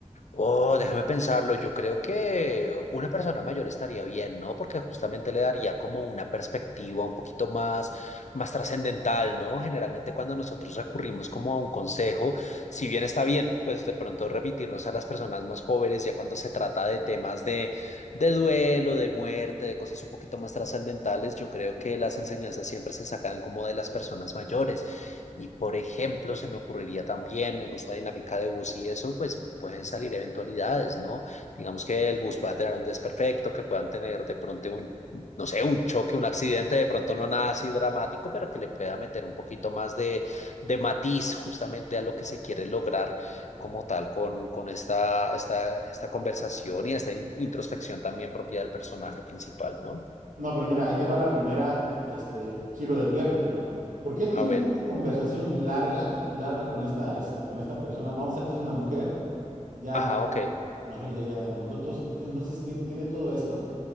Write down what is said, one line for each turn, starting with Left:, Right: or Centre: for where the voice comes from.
Left: Oh, déjame pensarlo. Yo creo que una persona mayor estaría bien, ¿no? Porque justamente le daría como una perspectiva un poquito más, más trascendental, ¿no? Generalmente cuando nosotros recurrimos como a un consejo, si bien está bien, pues de pronto remitirnos a las personas más jóvenes, ya cuando se trata de temas de, de duelo, de muerte, de cosas un poquito más trascendentales, yo creo que las enseñanzas siempre se sacan como de las personas mayores. Y por ejemplo, se me ocurriría también en esta dinámica de bus y eso, pues pueden salir eventualidades, ¿no? Digamos que el bus pueda tener un desperfecto, que puedan tener de pronto un, no sé, un choque, un accidente, de pronto no nada así dramático, pero que le pueda meter un poquito más de, de matiz justamente a lo que se quiere lograr como tal con, con esta, esta, esta conversación y esta in- introspección también propia del personaje principal, ¿no?
Right: No, pero mira, ahí te va la primera, este, giro de tuerca, ¿no? Porque él tiene
Left: A ver,
Right: una conversación larga, larga con esta, este, con esta persona. Vamos a decir que es una mujer, ya,
Left: ajá,
Right: grande,
Left: ok.
Right: una mujer ya, ya, ¿no? Entonces, entonces tiene, tiene todo esto.